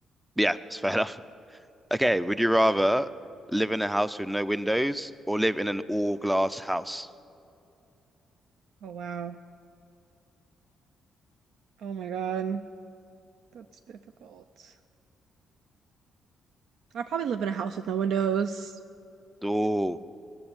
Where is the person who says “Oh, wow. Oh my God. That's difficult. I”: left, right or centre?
Right